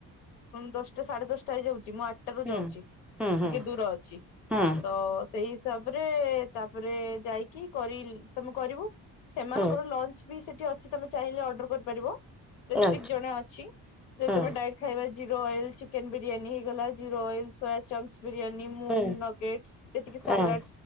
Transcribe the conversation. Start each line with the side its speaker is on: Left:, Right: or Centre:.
Left: ଦଶଟା ସାଢ଼େ ଦଶଟା ହେଇଯାଉଛି। ମୁଁ ଆଠ <unintelligible> ଟାରୁ
Centre: ହୁଁ
Left: ଯାଉଛି
Centre: ହୁଁ ହୁଁ
Left: ଟିକେ ଦୂର ଅଛି
Centre: ହୁଁ
Left: ତ ସେଇ ତାପରେ ତାପରେ ଯାଇକି କରି ତମେ କରିବ ସେମାନଙ୍କର
Centre: ହୁଁ
Left: ଲଞ୍ଚ ବି ସେଠି ଅଛି ତମେ ଚାହିଁଲେ ଅର୍ଡର କରିପାରିବ। ସ୍ପେସିଫିକ
Centre: ଆଚ୍ଛା
Left: ଜଣେ ଅଛି। ଯଦି
Centre: ହୁଁ
Left: ତମେ ଡାଇଟ୍ ଖାଇବା ଜିରୋ ଅଏଲ ଚିକେନ ବିରିୟାନୀ, ହେଇଗଲା ଜିର ଅଏଲ ସୋୟା ଚପ୍ସ ବିରିୟାନୀ, ମୁ
Centre: ହୁଁ
Left: ନଗଟେସ୍, ଯେତିକି
Centre: ହଁ
Left: ସାଲାଡ